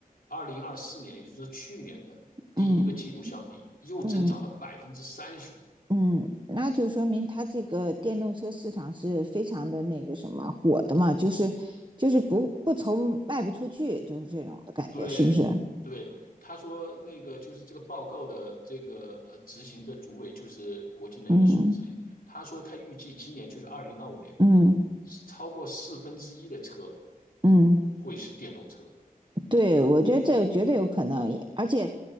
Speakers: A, on the left; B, on the right.
A: 二零二四年，也就是去年的第一个季度相比，
B: 嗯
A: 又增长了百分之三十五。
B: 嗯嗯，那就说明它这个电动车市场是非常的那个什么火的嘛，就是就是不不愁卖不出去，就是这种的感觉，
A: 对对，
B: 是不是？
A: 他说那个就是这个报告的这个呃执行的主委就是国际能源署之一，
B: 嗯
A: 他说他预计今年就是二零二五年，
B: 嗯
A: 超过四分之一的车
B: 嗯
A: 会是电动车。
B: 对，我觉得这个绝对有可能，而且